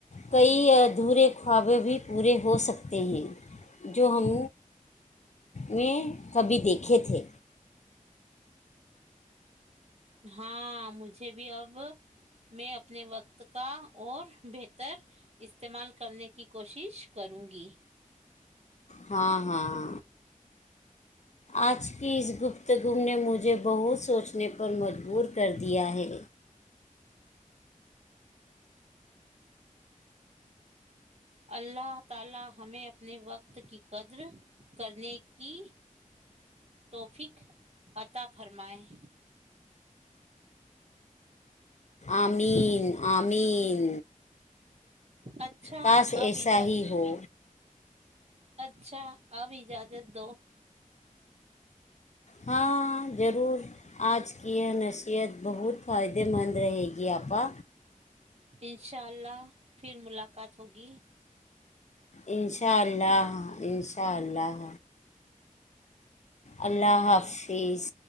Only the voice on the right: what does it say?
ہاں مجھے بھی اب میں اپنے وقت ت کا اور بیٹ <unintelligible> تر استعمال کرنے کی کوشش کروں گی
اللہ تعالی ہمیں اپنے وقت کی قدر کرنے کی توفق عطا فرمائیں
اچھا
اب اجا
اچھا اب اجازت دو
انشاء اللہ پھر ملاقات ہوگی